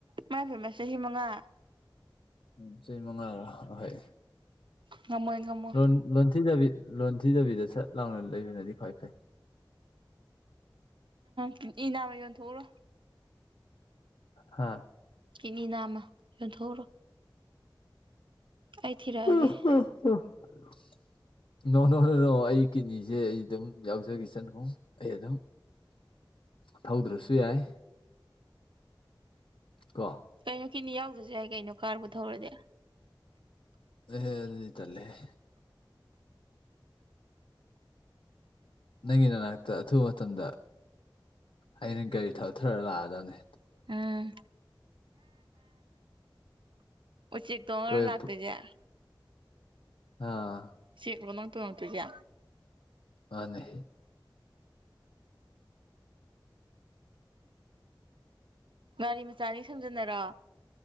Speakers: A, on the right (about 70°); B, on the left (about 80°).
A: ꯃꯥꯏꯄꯦꯃ ꯆꯍꯤ ꯃꯉꯥ
B: ꯎꯝ ꯆꯍꯤ ꯃꯉꯥꯔ ꯑ ꯍꯣꯏ
A: ꯉꯝꯃꯣꯏ ꯉꯝꯃꯣꯏ
B: ꯂꯣꯟ ꯂꯣꯟꯊꯤꯗꯕꯤ ꯂꯣꯟꯊꯤꯗꯕꯤꯗ ꯁꯠ ꯂꯥꯎꯅ ꯂꯩꯕꯅꯗꯤ ꯈ꯭ꯋꯥꯏ ꯐꯩ
A: ꯀꯤꯗꯅꯤ ꯅꯥꯝꯃ ꯌꯣꯟꯊꯣꯛꯎꯔꯣ
B: ꯍꯥꯥ
A: ꯀꯤꯗꯅꯤ ꯅꯥꯝꯃ ꯌꯣꯟꯊꯣꯛꯎꯔꯣ ꯑꯩ ꯊꯤꯔꯛꯑꯒꯦ
B: <unintelligible> ꯅꯣ ꯅꯣ ꯅꯣ ꯅꯣ ꯑꯩ ꯀꯤꯠꯅꯤꯁꯦ ꯑꯩ ꯑꯗꯨꯝ ꯌꯥꯎꯖꯈꯤ ꯁꯅꯨꯨ ꯑꯩ ꯑꯗꯨꯝ ꯊꯧꯗ꯭ꯔꯁꯨ ꯌꯥꯏ ꯀꯣ
A: ꯀꯩꯅꯣ ꯀꯤꯗꯅꯤ ꯌꯥꯎꯗ꯭ꯔꯁꯨ ꯌꯥꯏ ꯀꯩꯅꯣ ꯀꯥꯔꯕꯨ ꯊꯧꯔꯗꯤ
B: ꯑꯦꯍ‌ꯦ ꯑꯗꯨꯗꯤ ꯇꯜꯂꯦꯍꯦ ꯅꯪꯒꯤ ꯅꯅꯥꯛꯇ ꯑꯊꯨꯕ ꯃꯇꯝꯗ ꯑꯩꯅ ꯒꯥꯔꯤ ꯊꯧꯊꯔ ꯂꯥꯛꯑꯗꯝꯅꯦ
A: ꯎꯝ ꯎꯆꯦꯛ ꯇꯣꯡꯉꯔ‌ꯣ
B: ꯀꯣꯏ
A: ꯂꯥꯛꯇꯣꯢꯖꯦ
B: ꯍꯥ
A: ꯥꯎꯆꯦꯛꯂꯣ ꯅꯪ ꯇꯣꯡꯉꯛꯇꯣꯏꯖꯦ
B: ꯃꯥꯟꯅꯦ
A: ꯒꯥꯔꯤ ꯃꯆꯥ ꯑꯅꯤ ꯁꯝꯖꯟꯅꯔꯣ